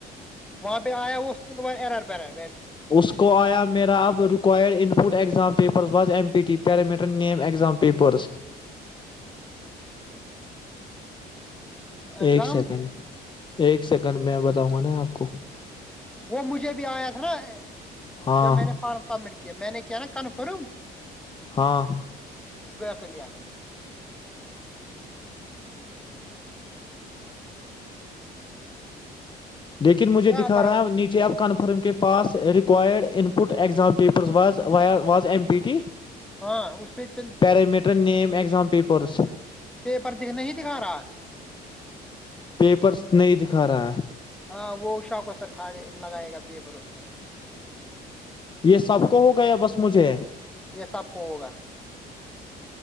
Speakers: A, in the centre; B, on the left (about 30°).
A: وہاں پہ آیا وہ سلوار ایر براب ہے
B: اس کو آیا میرا اب required input exam paper papers بد M P T parameter name exam papers
A: ایگزام
B: ایک سیکنڈ ایک سیکنڈ میں بتاؤں گا نا آپ کو
A: وہ مجھے بھی آیا تھا نا
B: ہاں
A: جب میں نے فارم سبمٹ کیا کیا میں نے کیا نا کنفرم
B: ہاں
A: کل
B: لیکن مجھے
A: کیا
B: دکھا
A: آتا
B: رہا
A: اس
B: ہے
A: میں
B: نیچے آپ کن فارم کے پاس ریکوائڈ انپٹ ایگزام پیپرز وا واز ایم پی ٹی
A: ہاں اس پہ چل
B: پیرامیٹر نیم اگزام پیپ پرسوں
A: پیپر دکھ نہیں دکھا رہا
B: پیپرس نہیں دکھا رہا ہے
A: ہاں وہ سوکا سر کھے لگائے گا پی پر اس میں
B: یہ سب کو ہو گ یا بس مجھے
A: یہ سب کو ہوگا